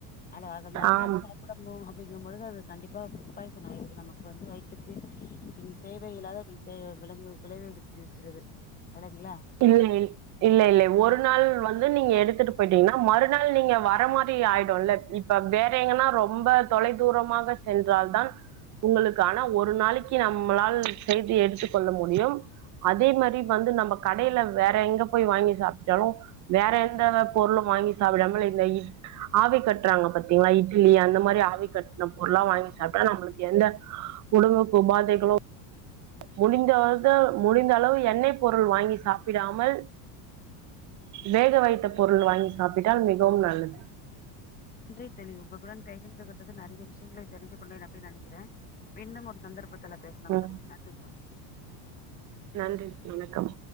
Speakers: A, on the left; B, on the right.
A: அல்ல அத மறுநள்
B: ஆம்
A: ச டமும் அப்டிங்கும் பொழது அது கண்டிபா ஃபுட் பாய்சன் ஆயிடுது நமக்கு வந்து வயித்துக்கு இது தேவ இல்லாத இப்ப விலங் விளைவக வச்சிருது இலைங்களா
B: இல்லை இல்ல இல்ல ஒரு நாள் வந்து நீங்க எடுத்துட்டு போயிட்டீங்கன்னா மறுநாள் நீங்க வர மாறி ஆயிடும்ல்ல இப்ப வேற எங்கன்னா ரொம்ப தொலைதூரமாக சென்றால்தான் உங்களுக்கான ஒரு நாளைக்கு நம்மளால் செய்தி எடுத்து கொள்ள முடியும் அதே மாறி வந்து நம்ப கடையில வேற எங்க போய் வாங்கி சாப்ட்டாலும் வேற எந்த பொருளும் வாங்கி சாப்பிடாமல் இந்த ஆவி கட்றாங்க பாத்தீங்களா இட்லி அந்த மாதிரி ஆவி கட்டு பொருளாம் வாங்கி சாப்ட்டா நம்மளுக்கு எந்த உடம்புக்கு உபாதைகளும் முடிந்தது முடிந்த அளவு எண்ணெய் பொருள் வாங்கி சாப்பிடாமல் வேக வைத்த பொருள் வாங்கி சாப்பிட்டால் மிகவும் நல்லது
A: நன்றி தோழி உங்களுடன் பகிர்ந்து கொண்ட நிறைய விஷயங்கல தெரி்ந்து கொண்டேன் அப்டின்னு நெனைக்கிறேன் மீண்டும் ஒரு சந்தர்ப்பத்துல பேசலாம்
B: ம்
A: தோழி நன்றி தோழி
B: நன்றி வணக்கம்